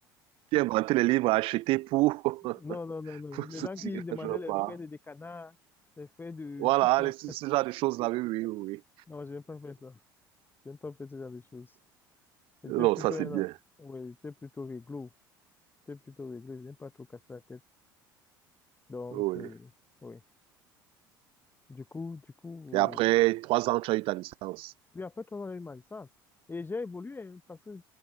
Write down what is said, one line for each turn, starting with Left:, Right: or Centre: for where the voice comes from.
Right: qui inventait les livres à acheter pour, <laughs>
Left: Non, non, non, non.
Right: pour
Left: Les
Right: soutenir,
Left: gens qui demandaient
Right: je ne sais
Left: les
Right: pas.
Left: frais de décanat, les frais de
Right: Voilà,
Left: tout ça.
Right: les, ce, ce genre de choses-là, oui, oui, oui. oui.
Left: Non, je n'ai pas fait ça. J'aime pas faire ce genre de choses. J'étais
Right: Non,
Left: plutôt
Right: ça c'est
Left: un,
Right: bien.
Left: oui, j'étais plutôt réglo. J'étais plutôt réglo. J'aime pas trop casser la tête. Donc,
Right: Oui.
Left: euh,
Right: oui.
Left: oui. Du coup, du coup,
Right: Et après
Left: euh,
Right: trois ans, tu as eu ta licence.
Left: oui, après trois ans, j'ai eu ma licence. Et j'ai évolué, hein, parce que